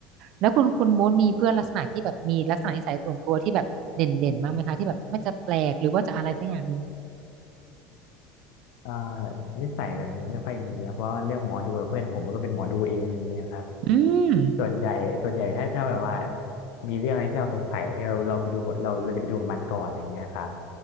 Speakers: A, on the right; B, on the left.
A: แล้วคุณคุณโมดมีเพื่อนลักษณะที่แบบมีลักษณะนิสัยส่วนตัวที่แบบเด่นเด่นมากไหมคะที่แบบไม่จะแปลกหรือว่าจะอะไรสักอย่างหนึ่ง
B: อ่านิสัยแบบนี้ไม่ค่อยมีครับเพราะเรื่องหมอดูกับเพื่อนผมมันก็เป็นหมอดูเองอะไรเงี้ยครับ
A: อืม
B: ส่วนใหญ่ส่วนใหญ่ถ้าถ้าแบบว่ามีเรื่องอะไรที่เราสงสัยอะไรเงี้ยเราเราไปดูกับเราเราจะไปดูกับมันก่อนอะไรเงี้ยครับ